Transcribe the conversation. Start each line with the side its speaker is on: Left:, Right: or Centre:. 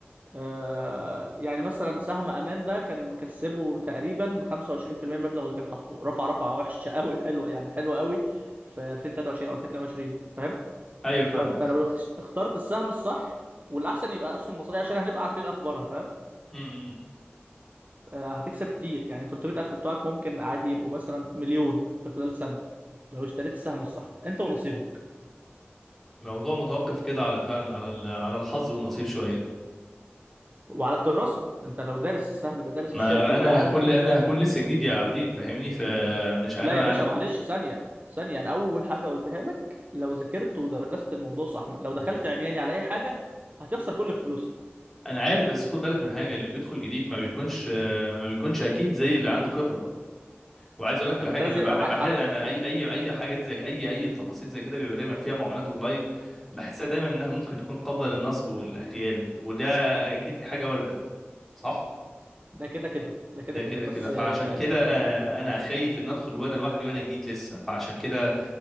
Right: آه يعني مثلا سهم امان ده كان مكسبه تقريبا 25% من المبلغ اللي كان حاطه رفع رفعه وحشه قوي حلوه يعني حلوه قوي في 2023 او 2022 فاهم
Centre: أيوه فاهمك
Right: فانت لو اخت- اخترت السهم الصح والاحسن يبقى اسهم مصريه عشان هنبقى عارفين اخبارها فاهم
Centre: امم
Right: آه، هتكسب كتير يعني 300000 بتوعك ممكن عادي يبقوا مثلا مليون في خلال سنة لو اشتريت السهم الصح انت ونصيبك
Centre: الموضوع متوقف كده على فعلا على ال- على الحظ والنصيب شوية
Right: وعلى الدراسة انت لو دارس السهم ده دارس
Centre: ما
Right: الشركة دي
Centre: انا
Right: عارف
Centre: هكون
Right: مين
Centre: انا هكون لسه جديد يا عابدين فاهمني فمش انا
Right: لا يا باشا
Centre: انا
Right: معلش ثانية ثانية انا اول حاجة قلتها لك لو ذاكرت ودرست الموضوع صح لو دخلت عمياني على اي حاجة هتخسر كل فلوسك
Centre: انا عارف بس خد بالك من حاجه اللي بيدخل جديد ما بيكونش ما بيكونش اكيد زي اللي عنده خبره وعايز اقول لك على
Right: ما
Centre: حاجه
Right: انت لازم
Centre: انا
Right: يبقى
Centre: بحب
Right: معاك
Centre: بحب
Right: حد
Centre: انا اي اي اي حاجات زي اي اي تفاصيل زي كده بيبقى دايما فيها معاملات اونلاين بحسها دايما انها ممكن تكون قابله للنصب والاحتيال وده اكيد دي حاجه وارده صح
Right: ده كده كده ده كده
Centre: ده
Right: كده
Centre: كده
Right: بس
Centre: كده فعشان
Right: آه،
Centre: كده آه، انا خايف ان ادخل وانا لوحدي وانا جديد لسه فعشان كده